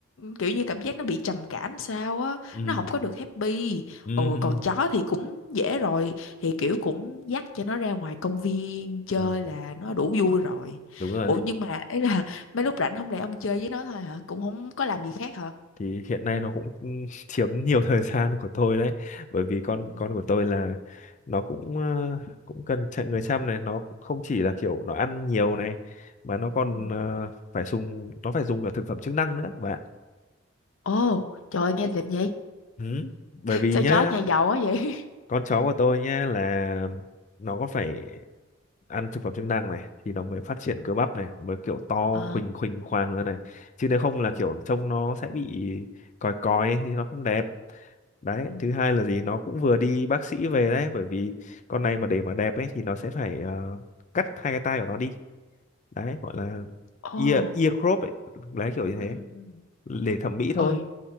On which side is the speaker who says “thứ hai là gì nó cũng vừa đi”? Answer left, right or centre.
Left